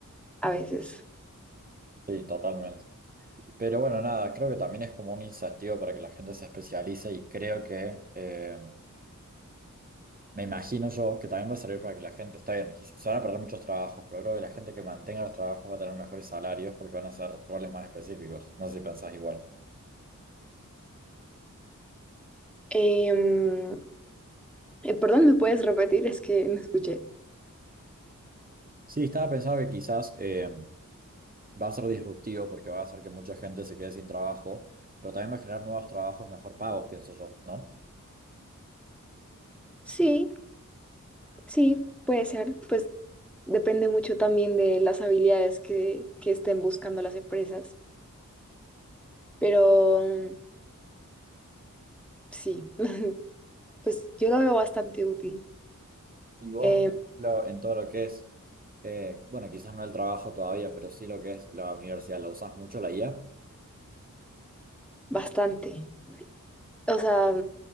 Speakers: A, in the centre; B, on the right.
A: a veces.
B: Sí, totalmente. Pero bueno, nada, creo que también es como un incentivo para que la gente se especialice y creo que eh, Me imagino yo que también va a servir para que la gente, está bien, quiz- se van a perder muchos trabajos, pero creo que la gente que mantenga los trabajos va a tener mejores salarios porque van a ser roles más específicos. No sé si pensás igual.
A: Em, eh, perdón, ¿me puedes repetir? Es que no escuché.
B: Sí, estaba pensando que quizás eh, va a ser disruptivo porque va a hacer que mucha gente se quede sin trabajo, pero también va a generar nuevos trabajos mejor pagos, pienso yo, ¿no?
A: Sí, sí, puede ser. Pues Depende mucho también de las habilidades que, que estén buscando las empresas, pero mm, sí, <laughs> pues yo lo veo bastante útil,
B: Y vos,
A: eh,
B: por ejemplo, en todo lo que es, eh, bueno, quizás no el trabajo todavía, pero sí lo que es la universidad, ¿la usás mucho la IA?
A: bastante. O sea,